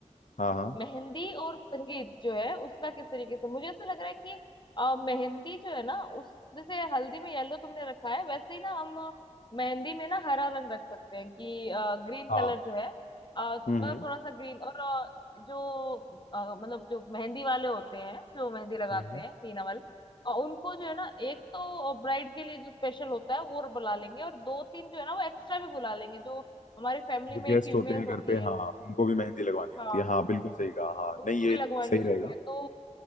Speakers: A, on the left (about 80°); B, on the left (about 40°).
A: हाँ हाँ
B: मेहंदी और संगीत जो है उसका किस तरीके से मुझे ऐसा लग रहा है कि अ, मेहंदी जो है ना उस जैसे हल्दी में येलो तुमने रखा है वैसे ही ना हम मेहंदी में ना हरा रंग रख सकते हैं कि ग्रीन
A: हाँ
B: कलर जो है अ,
A: हम्म
B: मतलब थोड़ा सा ग्रीन और अ, जो अ, मतलब जो मेहंदी वाले होते हैं जो मेहंदी लगाते
A: हम्म हम्म।
B: हैं हीना वाले अ, उनको जो है ना एक तो ब्राइड के लिए जो स्पेशल होता है वो बुला लेंगे और दो तीन जो है ना वो एक्स्ट्रा भी बुला लेंगे जो हमारे फैमिली
A: जो
B: में
A: गेस्ट
B: फीमेल्स
A: होते हैं घर
B: होती
A: पे हाँ उनको भी मेहंदी लगवानी
B: है
A: होती है हाँ बिल्कुल सही कहा हाँ
B: उनको
A: नहीं ये
B: भी लगवानी
A: सही
B: होती
A: रहेगा
B: है तो